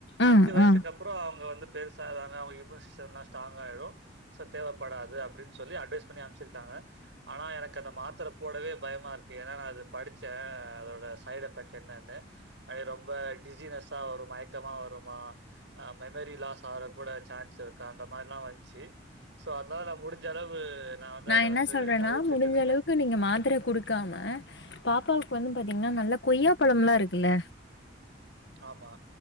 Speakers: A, on the right (about 75°); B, on the left (about 70°).
A: அஞ்சு
B: ம்,
A: வயசுக்கு
B: ம்.
A: அப்புறோ அவங்க வந்து பெருசா எதானா ஒரு இம்முனி சிஸ்டம் இருந்தா ஸ்ட்ராங் ஆகிடும் சோ தேவப்படதுப்படின்னு சொல்லி அட்வைஸ் பண்ணி அமுச்சிவச்சாங்க ஆனா எனக்கு அந்த மாத்தர போடவே பயமாக இருக் என்னனா அது படிச்சே அதோட சைடு எஃப்பெக்ட் என்னனு அது ரொம்ப டிசினஸ்தா வரு மயக்கமா வருமா அ மெமரி லாஸ் ஆகுறதுக்கு கூட சான்ஸ் இருக் க்கு அந்த மாதிரிலா வந்துச்சு சோ அதனால நா முடிஞ்ச அளவு நான் வந்து
B: நா
A: அத
B: என்ன
A: வந்து
B: சொல்றேன்னா
A: தவிர்த்துட்டு
B: முடிஞ்ச
A: இருக்கேன்.
B: அளவுக்கு நீங்க மாத்ர கொடுக்காம பாப்பாவுக்கு வந்து பார்த்தீங்கன்னா நல்லா கொய்யா ப்பழம்லா இருக்குல்ல
A: ஆமா.